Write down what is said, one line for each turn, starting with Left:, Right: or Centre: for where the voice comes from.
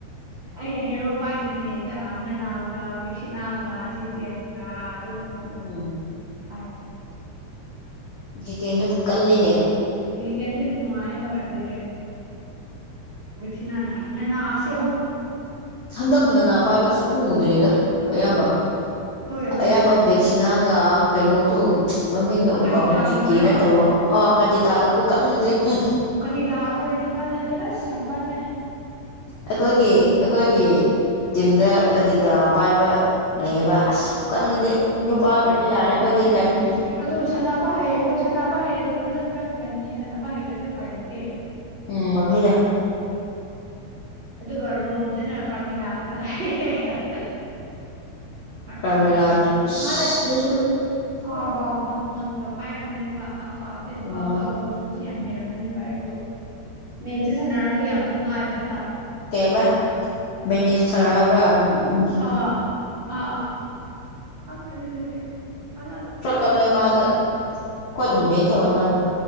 Right: ꯑꯩꯅ ꯍꯦꯔꯣ ꯄꯥꯏꯦ ꯗ ꯑꯅꯅꯒ ꯀꯁꯅꯒ ꯑꯖꯤꯇꯒ ꯑꯗꯨ ꯑꯗꯨ
Left: ꯎꯝ
Right: ꯐ
Left: ꯖꯤꯇꯦꯟꯗꯨꯗ ꯀꯜꯂꯤꯅꯦ
Right: ꯍ ꯀꯦꯟꯗ ꯊꯨꯡꯉꯥꯏ ꯍꯗ ꯁꯤꯅꯥꯅꯥ ꯅ ꯑꯁꯦ ꯍꯣ
Left: ꯍꯟꯗꯛꯅꯅ ꯄꯥꯏꯕꯁꯨ ꯎꯗ꯭ꯔꯦꯗ ꯑꯌꯥꯝꯕ
Right: ꯍꯣꯏ ꯍꯣꯏ
Left: ꯑꯌꯥꯝꯕ ꯁꯤꯅꯒ ꯑ ꯀꯩꯅꯣ ꯇꯨ ꯃꯃꯤꯡꯗꯣ ꯑꯃꯨꯛ
Right: ꯀꯗꯤꯇꯥꯒꯨꯝꯕꯔꯣ
Left: ꯀꯥꯎ ꯖꯤꯠꯇꯤ ꯅꯠꯇꯕ ꯑ ꯀꯖꯤꯇꯥꯥꯗꯣꯈꯨꯀꯟꯗꯨꯗꯤ ꯎꯝ
Right: ꯀꯇꯤ ꯇꯥ ꯍꯣꯏꯅꯦ ꯀꯜꯂꯗꯤ ꯑꯁ ꯌꯥꯝ ꯀꯜꯂꯦ
Left: ꯑꯩꯈꯣꯏꯒꯤ ꯑꯩꯈꯣꯏꯒꯤ ꯇꯤꯝꯗ ꯀꯗꯤ ꯇꯥ ꯄꯥꯏꯕ ꯂꯩꯌꯦꯕ ꯑꯁ ꯈꯨ ꯀꯟꯗꯨꯗꯤ
Right: ꯑꯥ
Left: ꯅꯨꯄꯥ ꯒꯗꯤ ꯌꯥꯔꯦ ꯑꯩꯈꯣꯏꯗꯤ ꯀꯔꯤꯝ ꯀꯤ
Right: ꯑꯗꯣ ꯁꯅꯥꯄꯥ ꯍꯩꯔꯦ ꯍꯣꯏ ꯁꯅꯥꯄꯥ ꯍꯩꯔꯗꯤ ꯐꯖꯅ ꯀꯟꯒꯅꯤ ꯁꯅꯄꯥ ꯍꯩꯇ꯭ꯔꯗꯤ ꯎꯄꯥꯏ ꯂꯩꯇꯦ
Left: ꯎꯝ ꯑꯗꯨꯅꯤ
Right: ꯑꯗꯨꯒ ꯔꯣꯝꯗꯅ ꯀꯔꯃꯤꯂꯥꯒ ꯇꯥꯏ <inaudible>
Left: ꯀꯔꯃꯤꯂꯥ ꯑꯁ ꯑꯗꯨꯁꯨ
Right: ꯑꯥꯒ ꯚꯃꯣꯟꯒ ꯄꯥꯏꯔꯃꯅꯦꯕ ꯑꯥꯐꯇꯤ
Left: ꯑꯣ
Right: ꯑꯐꯥꯒ ꯚꯤꯃꯣꯟ ꯌꯥꯝ ꯍꯩꯔꯝꯃꯅꯤ ꯚꯏ ꯑꯗꯣ ꯃꯌꯦꯛꯁꯦ ꯁꯥꯟꯅꯔꯒ ꯌꯥꯝ ꯅꯨꯡꯉꯥꯏꯕ ꯇꯥ
Left: ꯑꯣ ꯀꯦꯕ ꯃꯤꯅꯤꯁꯇꯔ ꯍꯥꯏꯕ꯭ꯔꯥ ꯎ
Right: ꯑ ꯑ ꯈꯪꯗꯤ ꯑꯗꯨꯗꯤ ꯀꯜꯂꯝꯅꯤ ꯃꯥ
Left: ꯄꯀꯂꯦ
Right: ꯁꯥꯟꯅꯕ
Left: ꯃꯥꯗ ꯀꯣꯗꯨꯨꯝꯕꯦꯅ ꯇꯧꯋꯦ ꯃꯥꯗ